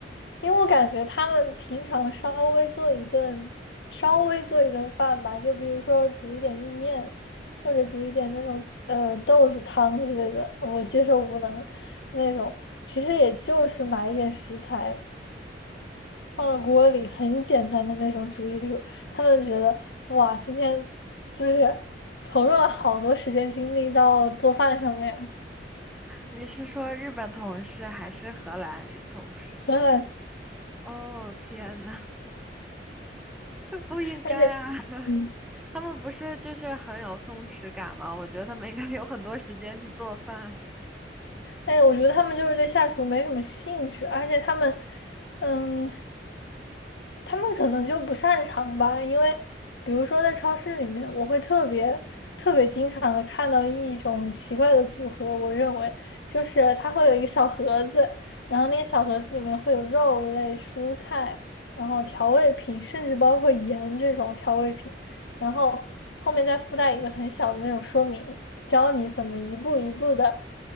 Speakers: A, on the left; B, in the centre.
A: 因为我感觉他们平常稍微做一顿，稍微做一顿饭吧，就比如说煮一点意面，或者煮一点那种呃豆子汤之类的，我接受无能那种，其实也就是买一点食材。放到锅里，很简单的那种煮一煮，他们觉得哇，今天就是投入了好多时间精力到做饭上面，
B: 你是说日本同事还是荷兰同事？
A: 很懒，
B: 哦，天呐，<laughs> 这不应该啊！
A: 而且嗯，
B: 他们不是就是很有松弛感吗？我觉得他们应该 <laughs> 有很多时间去做饭。
A: 哎，我觉得他们就是对下厨没什么兴趣，而且他们嗯他们可能就不擅长吧，因为比如说在超市里面，我会特别特别经常的看到一种奇怪的组合，我认为就是它会有一个小盒子，然后那个小盒子里面会有肉类、蔬菜，然后调味品，甚至包括盐这种调味品，然后后面再附带一个很小的那种说明，教你怎么一步一步的